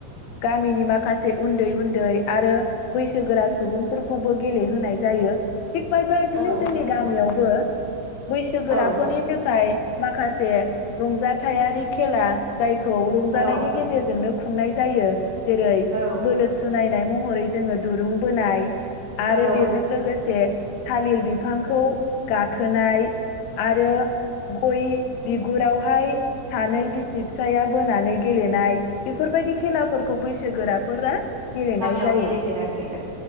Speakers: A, on the left; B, on the right.
A: गामिनि माखासे उन्दै उन्दै आरो बैसोगोरा सुबुंफोरखौबो गेलेहोनाय जायो। थिग बायबायदिनो
B: औ
A: जोंनि गामियाव बो बैसोगोराफोरनि
B: औ
A: थाखाय माखासे रंजाथायारि खेला जायखौ रंजानायनि
B: औ
A: गेजेरजोंनो खुंनाय जायो जेरै
B: औ
A: बोलो सुनाय महरै जोङो दुरुं बोनाय आरो
B: औ
A: बेजों लोगोसे थालिर बिफांखौ गाखोनाय आरो गय बिगुरावहाय सानै बिसि फिसाया बोनानै गेलेनाय बेफोरबायदि खेलाफोरखौ बैसोगोराफोरा गेलेनाय
B: राव
A: जायो।
B: गेलेफेराखै